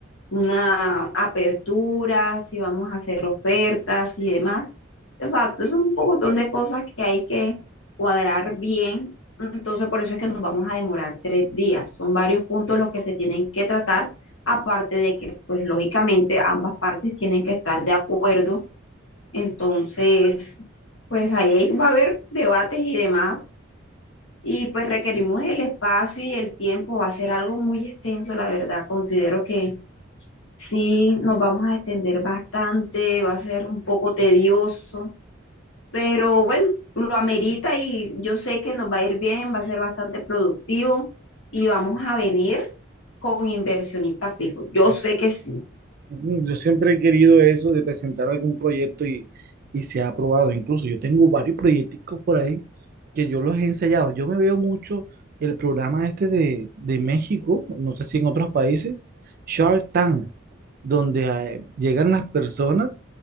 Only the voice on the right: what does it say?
Mm, Yo siempre he querido eso de presentar algún proyecto y, y se ha aprobado. Incluso yo tengo varios proyecticos por ahí que yo los he ensayado. Yo me veo mucho el programa este de, de México, no sé si en otros países, Shark Tank. donde eh, llegan las personas,